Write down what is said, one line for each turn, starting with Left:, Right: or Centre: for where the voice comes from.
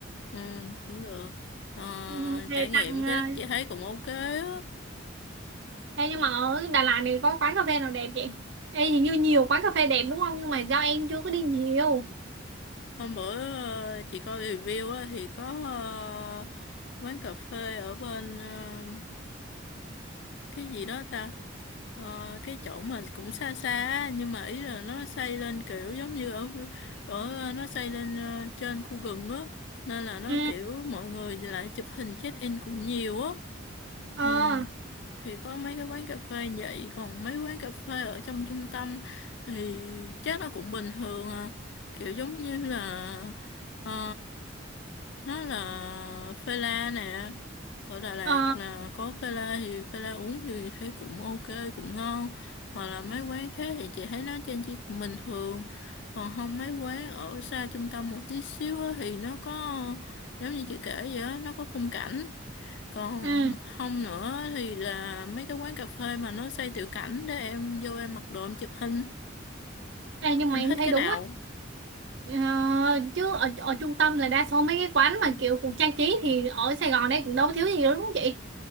Left: ừ cũng được. Ờ,
Right: Ừ, Về
Left: trải nghiệm
Right: tặng ờ,
Left: cái đó chị thấy cũng ok á.
Right: Ê, nhưng mà ở Đà Lạt này có quán cà phê nào đẹp chị? Ê hình như nhiều quán cà phê đẹp đúng không? Nhưng mà do em chưa có đi nhiều
Left: Hôm bữa ờ, chị coi review á, thì có ờ, quán cà phê ở bên ờ, cái gì đó ta Ờ, cái chỗ mà cũng xa xa á, nhưng mà ý là nó xây lên kiểu giống như ở ở ờ, nó xây lên ờ, trên khu rừng á nên là nó
Right: Ừ
Left: kiểu mọi người lại chụp hình check in cũng nhiều á
Right: Ờ
Left: ừ thì có mấy cái quán cà phê vậy còn mấy quán cà phê ở trong trung tâm thì chắc nó cũng bình thường à. kiểu giống như là ờ, nó là phê la nè ở Đà Lạt
Right: Ờ
Left: là có phê la thì phê la uống thì thấy cũng ok cũng ngon hoặc là mấy quán khác thì chị thấy nó trên chỉ cũng bình thường còn không mấy quán ở xa trung tâm một tí xíu á thì nó có giống như chị kể vậy á nó có khung cảnh còn
Right: Ừ.
Left: không nữa thì là mấy cái quán cà phê mà nó xây tiểu cảnh để em vô em mặc đồ em chụp hình.
Right: Ê, nhưng mà
Left: Em
Right: em
Left: thích
Right: thấy
Left: cái
Right: đúng
Left: nào?
Right: á Ờ, chứ ở, ở trung tâm là đa số mấy cái quán mà kiểu cũng trang trí thì ở Sài Gòn đây cũng đâu thiếu gì đâu đúng không chị